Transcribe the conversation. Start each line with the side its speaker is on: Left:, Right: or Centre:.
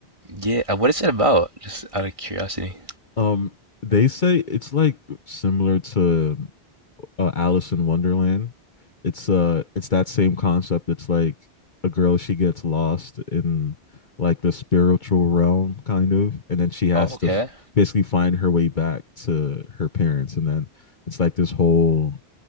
Right: Yeah. uh, What is it about? Just out of curiosity.
Left: <laughs> um, they say it's like similar to uh, Alice in Wonderland. It's uh, it's that same concept. It's like a girl she gets lost in like the spiritual realm, kind of, and then she has
Right: Oh, okay.
Left: to f- basically find her way back to her parents, and then it's like this whole